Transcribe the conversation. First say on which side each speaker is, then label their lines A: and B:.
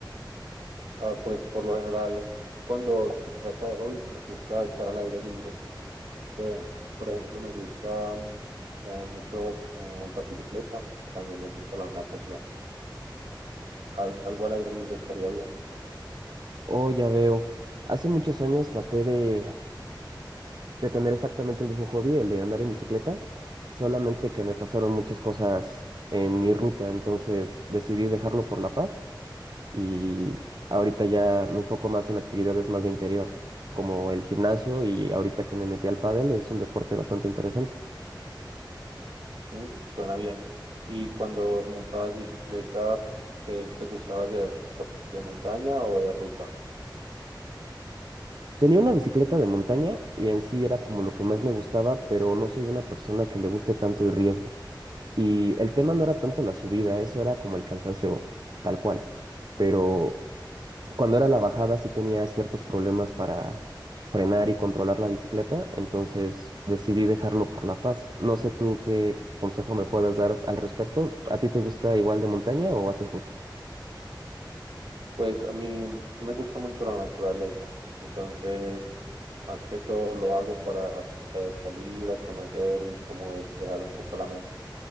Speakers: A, on the right; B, on the right.
A: Ah, pues por lo general, cuando se trata de hobbies, me gusta estar al aire libre. Ve, por ejemplo, me gusta mm, eh, mucho montar bicicleta. También me gusta la natación. Al- algo al aire libre estaría bien.
B: Oh, ya veo. Hace muchos años traté de, de tener exactamente el mismo hobby, el de andar en bicicleta, solamente que me pasaron muchas cosas en mi ruta, entonces decidí dejarlo por La Paz y ahorita ya me enfoco más en actividades más de interior, como el gimnasio y ahorita que me metí al pádel es un deporte bastante interesante.
A: Mm, suena bien. ¿Y cuando montabas bicicleta, qué te gustaba hacer? ¿De montaña o de ruta?
B: Tenía una bicicleta de montaña y en sí era como lo que más me gustaba, pero no soy una persona que le guste tanto el riesgo. Y el tema no era tanto la subida, eso era como el cansancio tal cual. Pero cuando era la bajada sí tenía ciertos problemas para frenar y controlar la bicicleta, entonces decidí dejarlo por La Paz. No sé tú qué consejo me puedas dar al respecto. ¿A ti te gusta igual de montaña o haces ruta?
A: Pues a mí me gusta mucho la naturaleza, entonces más que todo lo hago para eh, salir a conocer y como despejar un poco la mente.